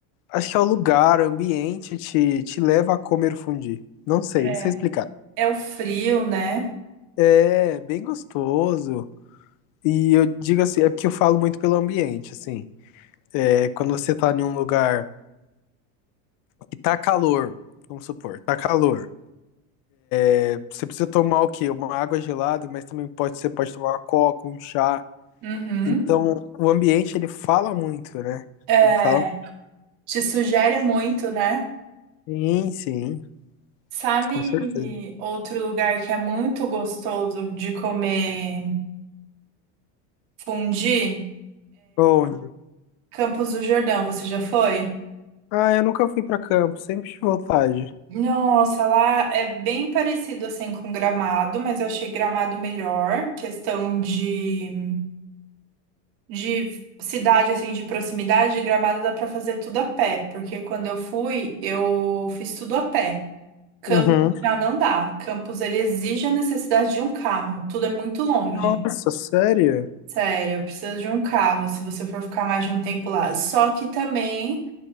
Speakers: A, on the left (about 55°); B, on the right (about 65°).
A: Acho que é o lugar, o ambiente te, te leva a comer fundir. Não sei,
B: É.
A: não sei explicar.
B: É o frio, né?
A: É bem gostoso. E eu digo assim, é porque eu falo muito pelo ambiente, assim. É quando você tá em um lugar que tá calor, vamos supor, tá calor. É, você precisa tomar o quê? Uma água gelada, mas também pode, você pode tomar uma coca, um chá.
B: Uhum.
A: Então, o ambiente, ele fala muito, né?
B: É.
A: Ele fala,
B: Te sugere muito, né?
A: sim, sim,
B: Sabe
A: com certeza.
B: outro lugar que é muito gostoso de comer fondue?
A: Onde?
B: Campos do Jordão, você já foi?
A: Ah, eu nunca fui pra campo, sempre de vontade.
B: Nossa, lá é bem parecido assim com Gramado, mas eu achei Gramado melhor. Questão de, de cidade, assim, de proximidade, Gramado dá pra fazer tudo a pé, porque quando eu fui, eu fiz tudo a pé. Campos
A: Uhum.
B: já não dá. Campos ele exige a necessidade de um carro. Tudo é muito longe.
A: Nossa, sério?
B: Sério, precisa de um carro se você for ficar mais de um tempo lá. Só que também